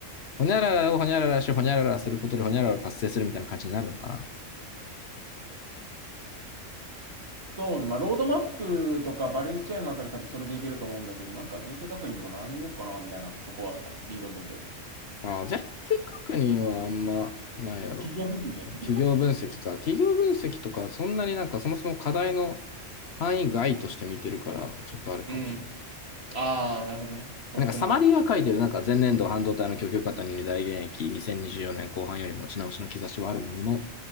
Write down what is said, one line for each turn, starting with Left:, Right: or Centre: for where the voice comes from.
Left: ほにゃららをほにゃららし、ほにゃららすることでほにゃららを達成するみたいな感じになるのかな。
Right: そうね。まあ、ロードマップとかバリューチェーンのあたり多分それでいけると思うんだけど、なんか前提確認とか何言おうかなみたいなとこはあるかな。リード文で。
Left: ああ、前提確認はあんまないやろ。
Right: 企業説明ね。
Left: 企業分析か。企業分析とか、そんなになんかそもそも課題の範囲外として見てるから、ちょっとあれかもしれない。
Right: うん。ああ、なるほどね。そもそもか。
Left: なんかサマリーが書いてる、なんか前年度半導体の供給過多により大減益、2024年後半より持ち直しの兆しはあるものの、